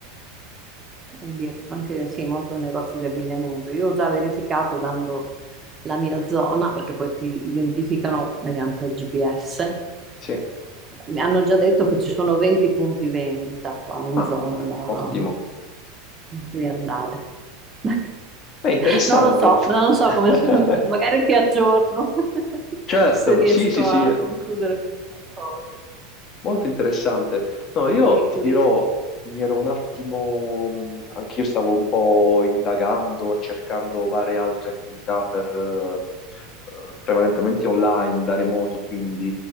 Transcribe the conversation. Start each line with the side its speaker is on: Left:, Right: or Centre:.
Right: e di- anche sì, molto negozi di abbigliamento. Io ho già verificato dando la mia zona, perché poi ti identificano mediante il GPS.
Left: Sì.
Right: Mi hanno già detto che ci sono 20 punti vendita qua in
Left: Ah,
Right: zona
Left: beh,
Right: da
Left: ottimo.
Right: in cui andare. <laughs>
Left: È interessante.
Right: Non lo so, non lo so
Left: <laughs>
Right: come <laughs> sono, magari ti aggiorno <laughs>
Left: Certo,
Right: se riesco
Left: sì, sì, sì.
Right: a concludere qualcosa.
Left: Molto interessante. No, io
Right: E
Left: ti
Right: questo.
Left: dirò, mi ero un attimo, mh, anch'io stavo un po' indagando, cercando varie altre attività per, eh, eh, prevalentemente online, da remoto, quindi